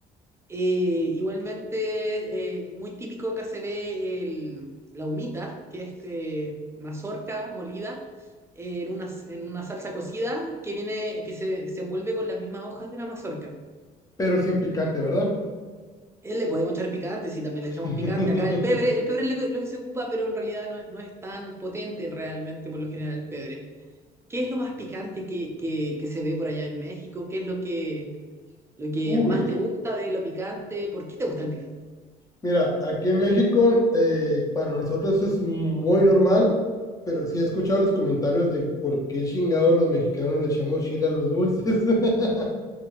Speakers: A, on the right; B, on the left.
A: Eh, igualmente, eh, muy típico acá se ve el- la humita, que es eh, mazorca molida eh, en una, en una salsa cocida que viene, que se, se envuelve con las mismas hojas de la mazorca.
B: Pero sin picante, ¿verdad?
A: Él le podemos echar picante, sí, también le echamos
B: <laughs>
A: picante. Acá el pebre, el pebre es lo que, lo que se ocupa, pero en realidad no, no es tan potente realmente por lo general el pebre. ¿Qué es lo más picante que, que, que se ve por allá en México? ¿Qué es lo que, lo que
B: Uy.
A: más te gusta de lo picante? ¿Por qué te gusta el picante?
B: Mira, aquí en México eh, para nosotros es muy normal, pero sí he escuchado los comentarios de por qué chingados los mexicanos le echamos chile a los dulces. <laughs>